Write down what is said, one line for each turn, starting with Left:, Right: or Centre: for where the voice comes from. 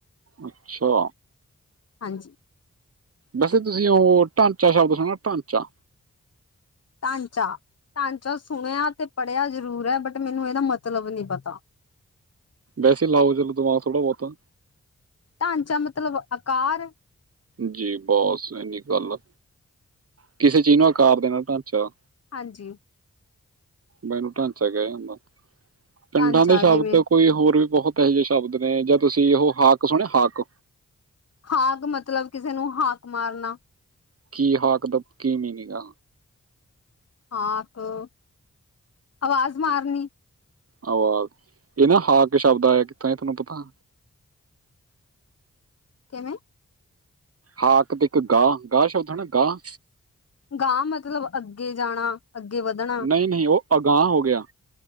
Right: ਅੱਛਾ।
Left: ਹਾਂਜੀ।
Right: ਵੈਸੇ ਤੁਸੀਂ ਉਹ ਢਾਂਚਾ ਸ਼ਬਦ ਸੁਣਐ, ਢਾਂਚਾ।
Left: ਢਾਂਚਾ-ਢਾਂਚਾ ਸੁਣਿਆ ਤੇ ਪੜ੍ਹਿਆ ਜ਼ਰੂਰ ਹੈ, ਬਟ ਮੈਨੂੰ ਇਹਦਾ ਮਤਲਬ ਨੀ ਪਤਾ।
Right: ਵੈਸੇ ਲਾਓ, ਦੇਖੋ ਦਿਮਾਗ ਥੋੜਾ ਬਹੁਤਾ।
Left: ਢਾਂਚਾ ਮਤਲਬ ਆਕਾਰ।
Right: ਜੀ ਬਹੁਤ ਸਹੀ ਗੱਲ ਹੈ, ਕਿਸੇ ਚੀਜ਼ ਨੂੰ ਆਕਾਰ ਦੇਣਾ ਢਾਂਚਾ।
Left: ਹਾਂਜੀ।
Right: ਮੈਨੂੰ ਢਾਂਚਾ ਕਹਿ ਜਾਂਦਾ, ਪਿੰਡਾਂ
Left: ਢਾਂਚਾ
Right: ਦੇ ਸ਼ਬਦ
Left: ਜਿਵੇਂ
Right: ਓ। ਕੋਈ ਹੋਰ ਵੀ ਬਹੁਤ ਇਹੋ ਜਿਹੇ ਸ਼ਬਦ ਨੇ, ਜਾਂ ਤੁਸੀਂ ਉਹ ਹਾਕ ਸੁਣਿਆ ਹਾਕ।
Left: ਹਾਕ ਮਤਲਬ ਕਿਸੇ ਨੂੰ ਹਾਕ ਮਾਰਨਾ
Right: ਕੀ ਹਾਕ ਦਾ, ਕੀ ਮੀਨਿੰਗ ਆ
Left: ਹਾਂਕ ਹਾ, ਆਵਾਜ਼ ਮਾਰਨੀ।
Right: ਆਵਾਜ਼ ਇਹ ਨਾ ਹਾਕ ਸ਼ਬਦ ਆਇਆ ਕਿੱਥੋਂ, ਤੁਹਾਨੂੰ ਪਤਾ।
Left: ਕਿੰਨੇ
Right: ਹਾਕ ਤੇ ਇੱਕ ਗਾਹ -ਗਾਹ, ਸ਼ਬਦ ਹੈ ਨਾ ਗਾਹ
Left: ਗਾਂਹ, ਮਤਲਬ ਅੱਗੇ ਜਾਣਾ। ਅੱਗੇ ਵਧਣਨ।
Right: ਨਹੀ -ਨਹੀ ਉਹ ਅਗਾਂਹ ਹੋ ਗਿਆ,